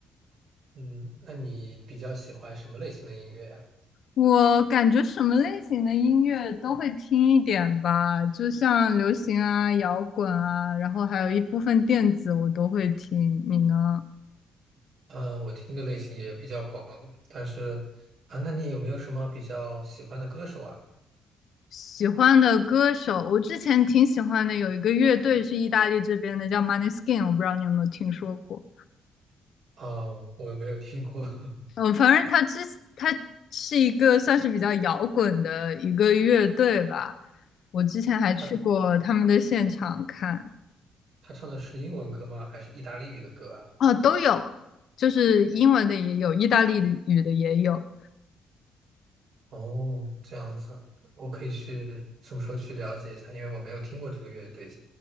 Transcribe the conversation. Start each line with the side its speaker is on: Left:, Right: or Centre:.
Right: 嗯，那你比较喜欢什么类型的音乐呀？
Left: 我感觉什么类型的音乐都会听一点吧，就像流行啊、摇滚啊，然后还有一部分电子我都会听。你呢？
Right: 呃，我听的类型也比较广，但是啊，那你有没有什么比较喜欢的歌手啊？
Left: 喜欢的歌手，我之前挺喜欢的，有一个乐队是意大利这边的，叫 m o n e y s k i n 我不知道你有没有听说过。
Right: 哦，我也没有听过。<laughs>
Left: 嗯，反正他之他是一个算是比较摇滚的一个乐队吧，我之前还去过他们的现场看。
Right: 他他唱的是英文歌吗？还是意大利语的歌啊？
Left: 哦，都有，就是英文的也有，意大利语的也有。
Right: 哦，这样子，我可以去什么时候去了解一下，因为我没有听过这个乐队。